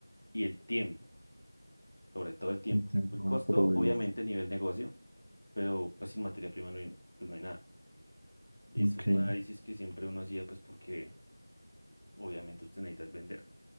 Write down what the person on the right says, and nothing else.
Entiendo,
pero
es-
ok.